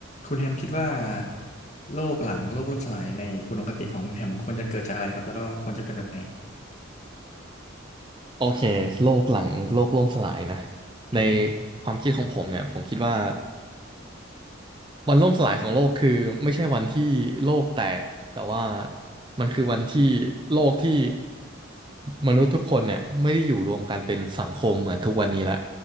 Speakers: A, on the left; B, on the right.
A: คุณแฮมคิดว่าโลกหลังโลกล่มสลายในอุดมคติของคุณแฮมควรจะเกิดจากอะไรครับแล้วก็ควรจะเป็นแบบไหน
B: โอเคโลกหลังโลกล่มสลายนะ
A: อือฮึ
B: ในความคิดของผมเนี่ยผมคิดว่า วันล่มสลายของโลกคือไม่ใช่วันที่โลกแตกแต่ว่ามันคือวันที่โลกที่มนุษย์ทุกคนเนี่ยไม่ได้อยู่รวมกันเป็นสังคมเหมือนทุกวันนี้ละ